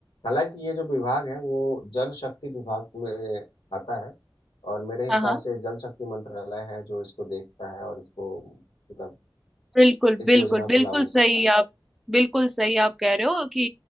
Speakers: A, on the left (about 70°); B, in the centre.
A: हालांकि ये जो विभाग है वो जल शक्ति विभाग में आता है और मेरे
B: हाँ
A: हिसाब
B: हाँ,
A: से जल शक्ति मंत्रालय है जो इसको देखता है और इसको मतलब
B: बिल्कुल
A: इस
B: बिल्कुल
A: योजना
B: बिल्कुल
A: को लागू
B: सही
A: करता है
B: आप बिल्कुल सही आप कह रहे हो कि